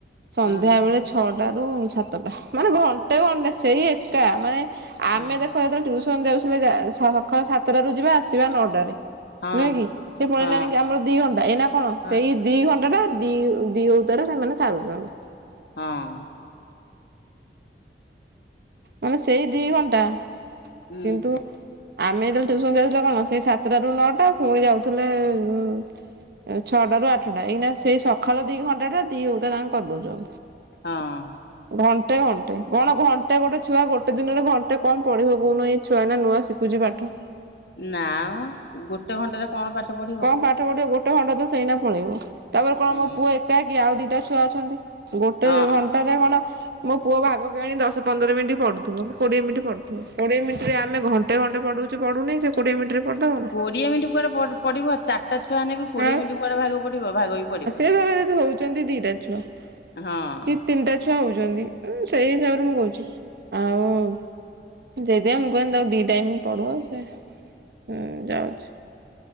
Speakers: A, on the right; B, on the left.
A: ସନ୍ଧ୍ୟା
B: ହଁ
A: ବେଳେ ଛଅଟାରୁ ସାତଟା। ମାନେ ଙ୍ଘ ଗୋଟେ ଖଣ୍ଡେ ସେଇ ଏକା ମାନେ ଆମେ
B: ଆ
A: ଦେଖ <unintelligible> ତିୟୁସନ ଯାଉଥିଲେ ସକାଳ ସାତଟରୁ ଯିବେ ଆସିବେ ନଅଟାରେ।
B: ହଁ
A: ନୁହେଁ କି ସେ ପଳେଇିଲାଣି।
B: ହଁ
A: ଆମର ଦି ଘଣ୍ଟା ଏଇନା କଣ
B: ହଁ
A: ସେଇ ଦି ଘଣ୍ଟା ଟା ଦି ଦି ହଉତରେ ସେମାନେ ସାରୁଛନ୍ତି।
B: ହଁ।
A: ମାନେ ସେଇ ଦି ଘଣ୍ଟା କିନ୍ତୁ
B: ଉଁ
A: ଆମେ ଯେତେବେଳେ ଟୟୁସନ ଯାଉଥିଲେ କଣ ସେଇ ସାତଟା ରୁ ନଅଟା ପୁଣି ଯାଉଥିଲେ ଉଁ। ଛଅଟ ରୁ ଆଠଟା ଏଇନା ସେଇ ସକାଳ ଦି ଘଣ୍ଟା ଟା ଦି ହୁତା ତାଙ୍କୁ କରିଦଉଛ।
B: ହଁ।
A: ଘଣ୍ଟେ ଘଣ୍ଟେ କଣ ଘନ୍ ହେଟା ଗୋଟେ ଛୁଆ ଗୋଟେ ଦିନରେ ଘଣ୍ଟେ କଣ ପଢିବ କହୁନୁ ଏଇ ଛୁଆ ଏଇନା ନୂଆ ଶିଖୁଛି ପାଠ।
B: ନାମ ଗୋଟେ ଘଣ୍ଟାରେ କଣ ପାଠ ପଢି
A: କଣ ପାଠ ପଢିବ ଗୋଟେ ଘଣ୍ଟା ତ ସେଇନା ପଳେଇବ ତାପରେ କଣ
B: ହୁଁ
A: ମୋ ପୁଅ ଏକା କି ଆଉ ଦିଟା ଛୁଆ ଅଛନ୍ତି। ଗୋଟେ
B: ହଁ।
A: ଘଣ୍ଟାରେ କଣ ମୋ ପୁଅ ଭାଗ କି ଆଣି ଦଶ ପନ୍ଦର ମିନିଟ୍ ପଢୁଥିବ କି କୋଡିଏ ମିନିଟ୍ ପଢୁଥିବ କୋଡିଏ ମିନିଟରେ ଆମେ ଘଣ୍ଟେ ଘଣ୍ଟେ ପଢଉଛୁ ପଢ଼ୁନି ସେ କୋଡିଏ ମିନିଟ ରେ ପଢ଼ିଦବ ନା?
B: କୋଡ଼ିଏ ମିନିଟ୍ କୁଆଡ଼େ ପ ପଡ଼ିବ ଚାରଟା ଛୁଆ ହେଲେ ବି କୋଡ଼ିଏ
A: ଆଉ
B: ମିନିଟ୍ କୁଆଡ଼େ ଭାଗ ପଡ଼ିବ ଭାଗ ବି ପଡ଼ିବନି।
A: <unintelligible> ହଉଛନ୍ତି ଦିଟା ଛୁଆ
B: ହଁ
A: କି ତିନିଟା ଛୁଆ ହଉଛନ୍ତି ସେଇ ହିସାବରେ ମୁଁ କହୁଛି। ଆଉ ସେଇଥି ପାଇଁ ମୁଁ କହିଲି ତାକୁ ଦି ଟାଇମ ପଢୁଅ ସେ ହୁଁ ଯାଉଛି